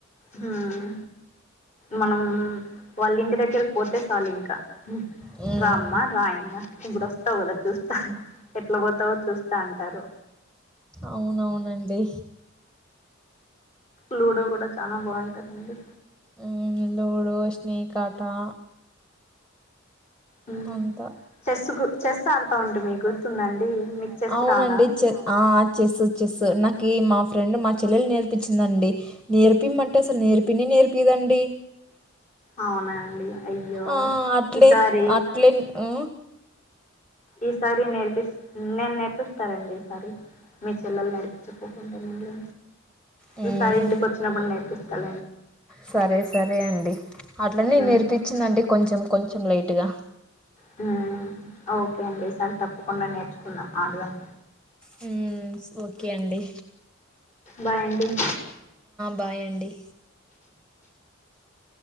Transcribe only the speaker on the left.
హుమ్ మనం వాళ్ళ ఇంటి దగ్గర పోతే చాలు ఇంకా
రామ్మ రా ఇంగ ఇప్పుడు వస్తావు కదా చూస్తా ఎట్లా పోతావో చూస్తాను అంటారు
లూడో కూడా చాలా బాగుంటాదండి
హ్మ్
చెస్ గు
ఆడుతా
ఉంటి మీకు
గుర్తుందండి
మీకు చెస్
రాదా
అవునండి అయ్యో
ఈసారి
ఈసారి నేర్పి నేను నేర్పిస్తారండి ఈసారి మీ చెల్లలుని నడిపించకోకుంటానండి
ఈసారి ఇంటికి వచ్చినప్పుడు నేర్పిస్తారు
ఉమ్
హ్మ్మ్ ఓకే అండి సారి తప్పకుండా నేర్చుకుందాం ఆడుదాం
బాయ్ అండి